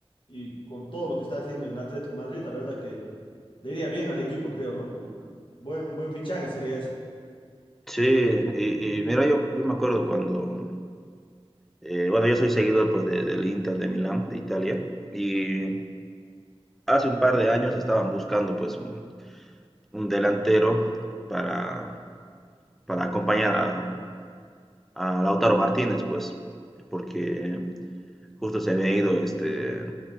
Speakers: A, on the left; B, in the centre.
A: y con todo lo que está haciendo en el Atlético de Madrid, la verdad que le iría bien al equipo, creo, ¿no? Buen, buen fichaje sería ese.
B: Sí, y, y mira, yo, yo me acuerdo cuando, eh, bueno, yo soy seguidor pues de- del Inter de Milán, de Italia, y hace un par de años estaban buscando pues un, un delantero para, para acompañar a, a Lautaro Martínez, pues, porque justo se había ido este,